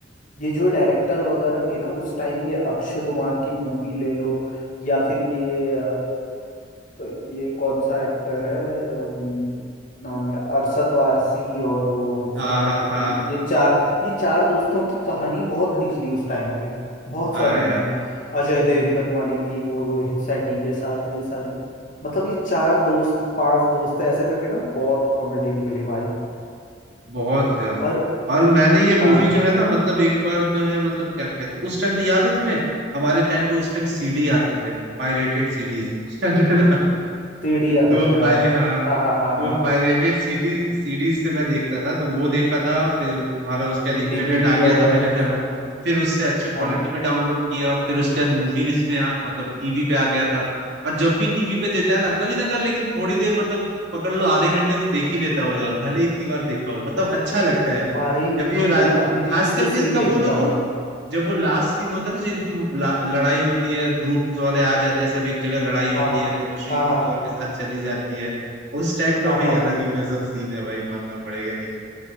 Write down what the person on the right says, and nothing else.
हाँ हाँ हाँ
हाँ
यार
बहुत है
और मैंने ये मूवी
जो है ना मतलब एक बार तो है मतलब क्या कहते हैं उस टाइम तो याद है तुम्हें हमारे टाइम पे उस टाइम सीडी आते थे पायरेटेड सीडीज <laughs> याद है ना
तो वो
पायरे हाँ
तो
पायरेटेड सीरीज सीरीज से मैं देखता था तो वो देखा था फिर तुम्हारा उसके बाद इंटरनेट
आ गया
था मेरे
घर
में
फिर उससे अच्छे क्वालिटी
में डाउनलोड किया फिर उसके बाद मूवीज में आ, मतलब टीवी पे आ गया था और जब भी टीवी पे देता है ना कभी ना कर लेकिन थोड़ी देर मतलब पकड़ लो आधे घंटे तो देख ही लेता हो यार भले ही इतनी बार देखा हो मतलब अच्छा लगता है
जब भी वो
राज
खास
करके
कब
बोलो
तो जब वो लास्ट सीन होता है ना जो इनकी ला- लड़ाई होती है ग्रुप्स वाले आ जाते हैं सब एक जगह लड़ाई होती
है तनुश्री
किसी
और के साथ चली जाती है उस टाइम
का भाई
अलग ही गजब सीन है भाई मानना पड़ेगा लेकिन